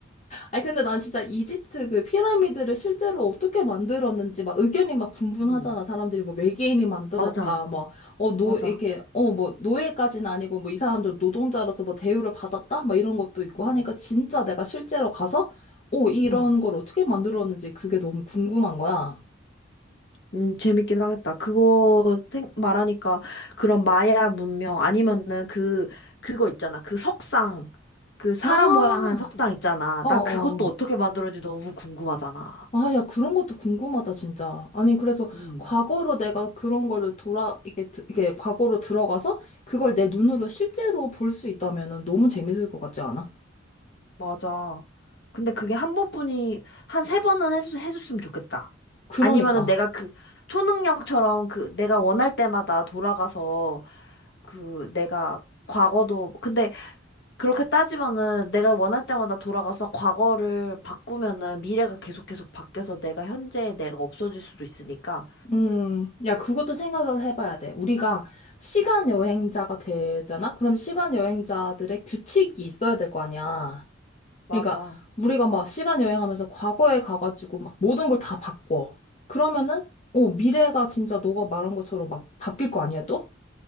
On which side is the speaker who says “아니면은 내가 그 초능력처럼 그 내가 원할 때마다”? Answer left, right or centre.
Left